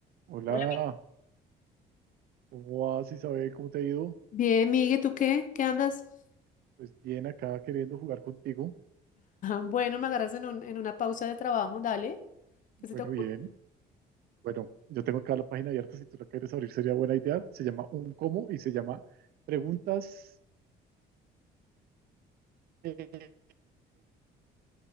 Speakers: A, on the right; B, on the left.
A: Hola,
B: Hola, mi-
A: ¿cómo vas, Isabel? ¿Cómo te ha ido?
B: Bien, Migue, ¿tú qué? ¿Qué andas? <laughs>
A: Pues bien, acá queriendo jugar contigo.
B: Bueno, me agarras en un, en una pausa de trabajo, dale. ¿Qué se
A: Bueno,
B: te ocurre?
A: bien. Bueno, yo tengo acá la página abierta, si tú la quieres abrir sería buena idea. Se llama Un Cómo y se llama Preguntas eh,